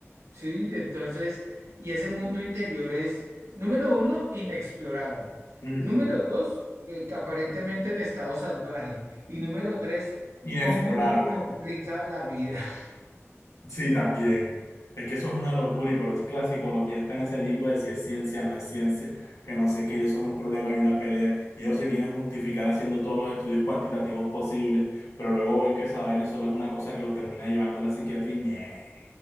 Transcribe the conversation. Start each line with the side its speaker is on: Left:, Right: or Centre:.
Right: Sí, entonces, y ese mundo interior es, número uno, inexplorado.
Left: Ujú.
Right: Número dos, eh, que aparentemente en estado salvaje. Y número tres,
Left: Inexplorable.
Right: cómo nos complica la vida. <laughs>
Left: Sí, también. Es que eso es una locura y por eso es que la psicología está en ese limbo de si es ciencia, no es ciencia, que no sé qué, y eso es un problema y una pelea. Y ellos se quieren justificar haciendo todos los estudios cuantitativos posibles, pero luego ven que esa vaina solo es una cosa que los termina llevando a la psiquiatría y ñe,